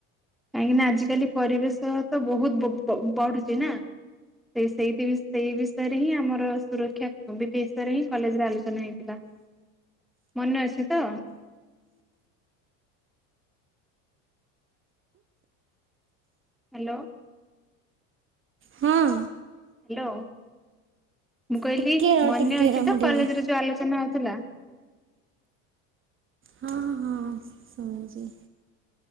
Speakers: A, in the centre; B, on the right.
A: କାହିଁକିନା ଆଜିକାଲି ପରିବେଶ ତ ବହୁତ ବହୁ ବ-ବଢୁଛି ନା। ସେ ସେଇତି ବିଷ୍ ସେଇ ବିଷୟରେ ହିଁ ଆମର ସୁରକ୍ଷା ବି- ବିଷୟରେ ହିଁ କଲେଜ୍ ରେ ଆଲୋଚନା ହେଇଥିଲା। ମନେ ଅଛି ତ? ହ୍ୟାଲୋ।
B: ହଁ।
A: ହ୍ୟାଲୋ, ମୁଁ କହିଲି
B: ଟିକେ ରହ
A: ମନେ
B: ଟିକେ
A: ଅଛି
B: ରହ ମୁଁ
A: ତ
B: ଟିକେ
A: କଲେଜ୍ ରେ ଯୋଉ ଆଲୋଚନା ହଉଥିଲା?
B: ହଁ, ହଁ ଶୁଣିଛି।